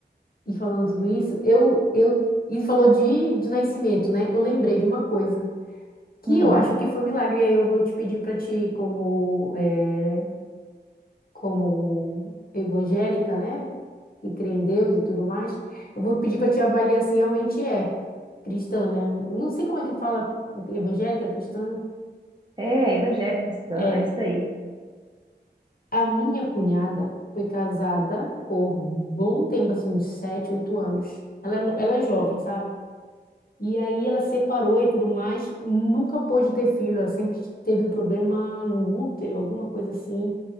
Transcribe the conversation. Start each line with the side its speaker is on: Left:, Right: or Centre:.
Left: e falando tudo isso, eu, eu, e falou de, de nascimento, né? Eu lembrei de uma coisa que
Right: Hum,
Left: eu acho que foi milagre, e aí eu vou te pedir para ti, como eh, como evangélica, né? Que crê em Deus e tudo mais, eu vou pedir para te avaliar se realmente é cristã, né? Não sei como é que fala evangélica, cristã.
Right: é, evangélica cristã,
Left: É,
Right: é isso aí.
Left: a minha cunhada foi casada por bom tempo, assim, uns sete, oito anos. Ela é, no- ela é jovem, sabe? E aí ela separou e tudo mais, nunca pôde ter filho, ela sempre teve problema no útero, alguma coisa assim.